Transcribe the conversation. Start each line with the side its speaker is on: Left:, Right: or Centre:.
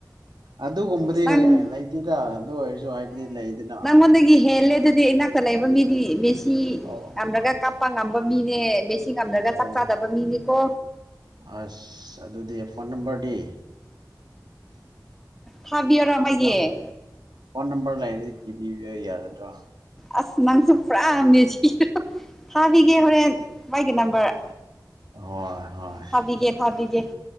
Right: ꯑꯗꯨꯒꯨꯝꯕꯗꯤ
Centre: ꯅꯪ
Right: ꯂꯩꯇꯦꯗ ꯑꯗꯨ ꯑꯣꯏꯔꯁꯨ ꯍꯥꯏꯕꯗꯤ ꯂꯩꯗꯅ
Centre: ꯟꯉꯣꯟꯗꯒꯤ ꯍꯦꯜꯂꯦ ꯑꯗꯨꯗꯤ ꯑꯩꯅ ꯂꯩꯕ ꯃꯤꯗꯤ ꯃꯦꯁꯤ
Right: ꯑꯣ
Centre: ꯌꯥꯝꯂꯒ ꯀꯞꯄ ꯉꯝꯕ ꯃꯤꯅꯦ ꯃꯦ ꯉꯝꯗ꯭ꯔꯒ
Right: ꯑꯣ
Centre: ꯆꯥꯛ ꯆꯥꯗꯕ ꯃꯤꯅꯤꯀꯣ
Right: ꯑꯁ ꯑꯗꯨꯗꯤ ꯐꯣꯟ ꯅꯝꯕꯔꯗꯤ
Centre: ꯊꯥꯕꯤꯌꯔꯣ ꯃꯥꯒꯤ
Right: ꯐꯣꯟ ꯐꯣꯟ ꯅꯝꯕꯔ ꯂꯩꯔꯗꯤ‌ ꯄꯤꯕꯤꯕ ꯌꯥꯒꯗꯔꯣ
Centre: ꯑ ꯅꯪꯁꯨ ꯄꯨꯔꯥ ꯃꯦꯁꯤ ꯊꯥꯕꯤꯒ ꯍꯣꯔꯦꯟ ꯃꯥꯒꯤ ꯅꯝꯕꯔ
Right: ꯍꯣꯏ ꯍꯣꯏ
Centre: ꯊꯥꯕꯤꯒꯦ ꯊꯥꯕꯤꯒꯦ